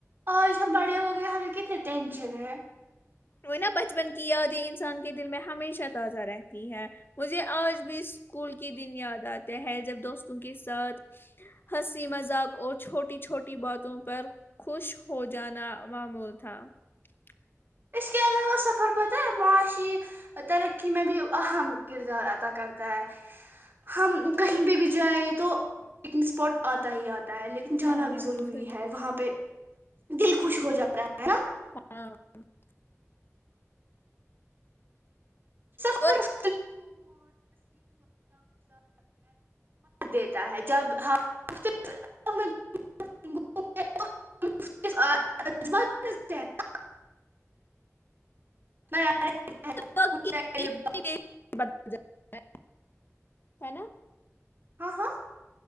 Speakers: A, on the right; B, on the left.
A: آج ہم بڑے ہو گئے ہمیں کتنی ٹینشن ہے <unintelligible>
B: وہ نا بچپن کی یادیں انسان کے دل میں ہمیشہ تازہ رہتی ہے مجھے آج بھی اسکول کے دن یاد آتے ہے جب دوستوں کے ساتھ ہنسی مذاق اور چھوٹی چھوٹی باتوں پر خوش ہو جانا معمول تھا <unintelligible>
A: اس کے علاوہ سفر پتہ ہے معاشی ترقی میں بھی اہم کردار ادا کرتا ہے ہم کہیں پہ بھی جائیں تو پکنک اسپاٹ آتا ہی آتا <unintelligible> لیکن جانا
B: ہاں
A: بھی ضروری
B: بالکل
A: ہے وہاں پہ <unintelligible> دل خوش ہو جا رہا ہے نا <unintelligible>
B: ہاں <unintelligible>
A: س <unintelligible>
B: اور
A: دیتا ہے جب <unintelligible> <unintelligible>
B: بدل جاتا ہے ہے نا
A: ہاں ہاں